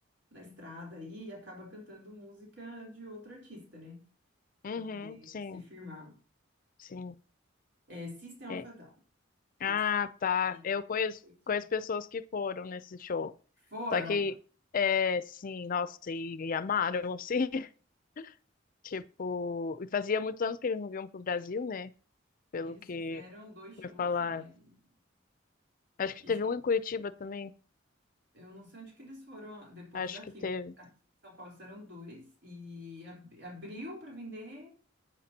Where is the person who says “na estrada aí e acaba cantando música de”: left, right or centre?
Right